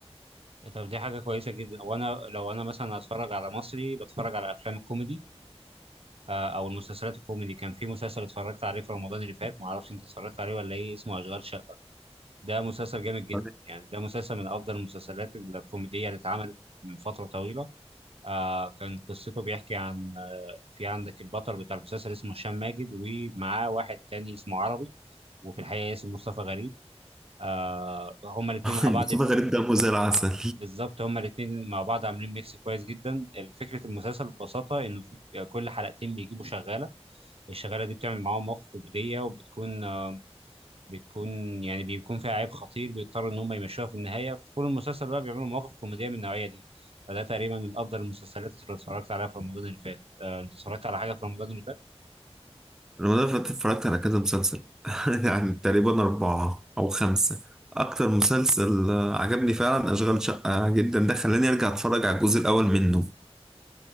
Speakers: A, on the right; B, in the centre.
A: طب دي حاجة كويسة جدا وانا لو انا مثلا هتفرج على مصري بتفرج على افلام الكوميدي آه، او المسلسلات الكوميدي كان في مسلسل اتفرجت عليه في رمضان اللي فات ما اعرفش انت اتفرجت عليه ولا ايه اسمه اشغال شقه ده مسلسل جامد جدا
B: <laughs>
A: يعني ده مسلسل من افضل المسلسلات الكوميديه اللي اتعملت من فتره طويله آه كان قصته بيحكي عن آه في عندك البطل بتاع المسلسل اسمه هشام ماجد ومعاه واحد تاني اسمه عربي وفي الحقيقة اسمه مصطفى غريب آه هما الاتنين مع
B: مصطفى
A: بعض
B: غريب دمه زي العسل
A: بالظبط هما الاثنين مع بعض عاملين ميكس كويس جدا فكره المسلسل ببساطه انه في كل حلقتين بيجيبوا شغاله الشغاله دي بتعمل معاهم مواقف كوميديه وبتكون آه، بتكون يعني بيكون فيها عيب خطير بيضطروا ان هم يمشوها في النهايه في طول المسلسل بقى بيعملوا مواقف كوميديه من النوعيه دي فده تقريبا من افضل المسلسلات اللي اتفرجت عليها في رمضان اللي فات آه، انت اتفرجت على حاجه في رمضان اللي فات
B: رمضان اللي فات اتفرجت على كذا مسلسل <laughs> يعني تقريبا أربعة أو خمسة أكتر مسلسل آه، عجبني فعلا أشغال شقة جدا ده خلاني أرجع أتفرج على الجزء الأول منه